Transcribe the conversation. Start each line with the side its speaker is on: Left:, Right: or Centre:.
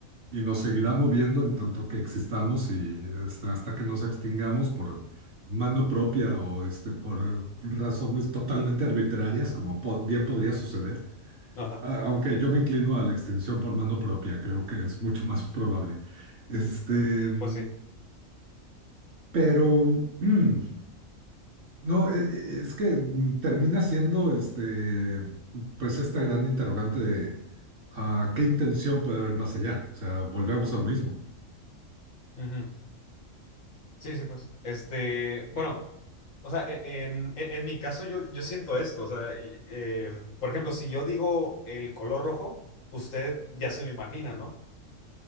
Right: y nos seguirá moviendo en tanto que existamos y este, hasta que nos extingamos por mano propia o este, por razones totalmente arbitrarias, como po- bien podría suceder,
Left: Ajá.
Right: A- aunque yo me inclino a la extinción por mano propia, creo que es mucho más probable. Este, mm,
Left: Pues sí.
Right: pero <clears throat> mm, No, e- e- es que mm, termina siendo este, pues esta gran interrogante de ah, qué intención puede haber más allá. O sea, volvemos a lo mismo.
Left: Ujú. Sí, sí, pues. Este, bueno, o sea, e- en, e- en mi caso yo, yo siento esto. O sea, y- eh, por ejemplo, si yo digo el color rojo, usted ya se lo imagina, ¿no?